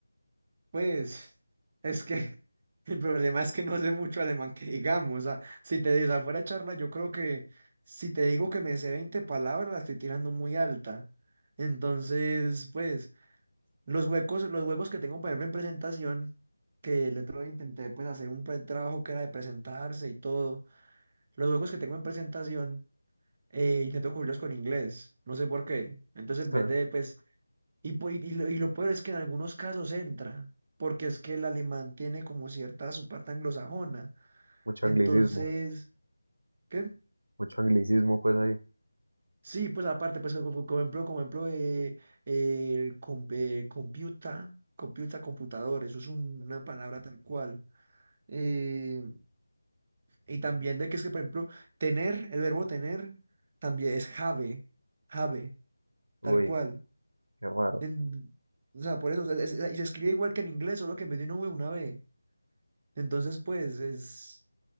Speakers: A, on the right; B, on the right.
A: Pues, es que <laughs> el problema es que no sé mucho alemán que digamos. O sea, si te digo afuera charla, yo creo que si te digo que me sé 20 palabras, la estoy tirando muy alta. Entonces, pues. Los huecos, los huecos que tengo, por ejemplo, en presentación, que el otro día intenté pues hacer un pre- trabajo que era de presentarse y todo, los huecos que tengo en presentación, eh, intento cubrirlos con inglés, no sé por qué. Entonces, en
B: <laughs>
A: vez de pues, y, pu- y, lo, y lo peor es que en algunos casos entra, porque es que el alemán tiene como cierta su parte anglosajona.
B: Mucho
A: Entonces,
B: anglicismo,
A: ¿qué?
B: mucho anglicismo pues ahí.
A: Sí, pues aparte, pues como, como ejemplo, como ejemplo, eh, el comp- eh, computa, computa, computador, eso es un- una palabra tal cual. Eh, y también de que es que, por ejemplo, tener, el verbo tener también es have, have, tal
B: Uy,
A: cual.
B: qué raro.
A: En- o sea, por eso, o sea, es- es- y se escribe igual que en inglés, solo que en vez de una V, una B. Entonces, pues, es,